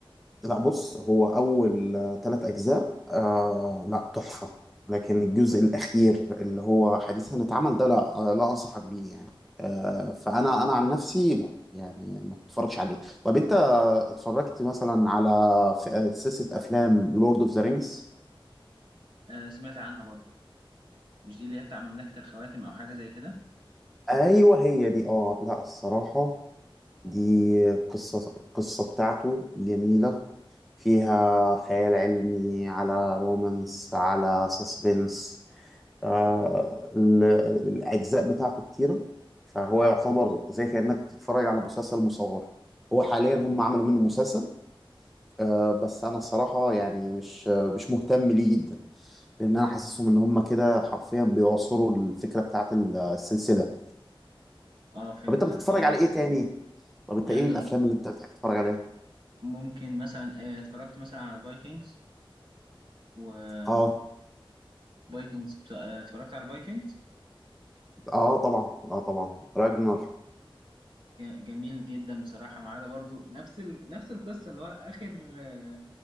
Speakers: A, in the centre; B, on the right.
A: لا بص هو اول ثلاث اجزاء آه لا تحفه لكن الجزء الاخير اللي هو حديثا اتعمل ده لا آه، لا انصحك بيه يعني آه فانا انا عن نفسي لا يعني ما تتفرجش عليه طب انت اتفرجت مثلا على ف- آه، سلسله افلام لورد اوف ذا رينجز
B: آه سمعت عنها برضو مش دي اللي هي بتاع مملكة الخواتم أو حاجة زي كده
A: ايوه هي دي اه لا الصراحه دي قصة القصة بتاعته جميلة فيها خيال علمي على رومانس على سسبنس آه ال- ال- الأجزاء بتاعته كتيرة فهو يعتبر زي كأنك تتفرج على مسلسل مصور هو حاليا هم عملوا منه مسلسل آه بس أنا الصراحة يعني مش آه، مش مهتم ليه جدا لأن أنا حاسسهم إن هم كده حرفيا بيعصروا الفكرة بتاعت السلسلة
B: اه فهمتك
A: طب أنت بتتفرج
B: تمام
A: على إيه تاني؟ طب أنت
B: يعني
A: إيه الأفلام اللي أنت بتحب تتفرج عليها؟
B: ممكن مثلا آه، اتفرجت مثلا على فايكنجز و
A: اه
B: فايكنجز اتفرجت على فايكنجز
A: اه طبعا اه طبعا راجنر
B: جميل جدا بصراحة ما عدا برضو نفس ال... نفس القصة اللي هو آخر آه،